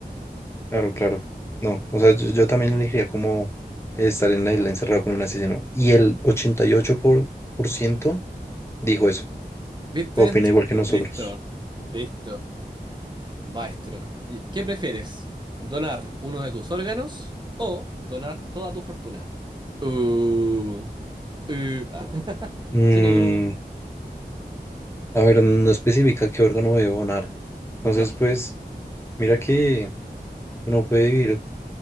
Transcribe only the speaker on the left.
claro, claro. No, o sea, yo, yo también elegiría como estar en la isla encerrado con un asesino. Y el 88% por, por ciento dijo eso.
Opina igual que nosotros.
Mm,
A ver, no especifica qué órgano debe donar. Entonces,
pues, mira que uno puede vivir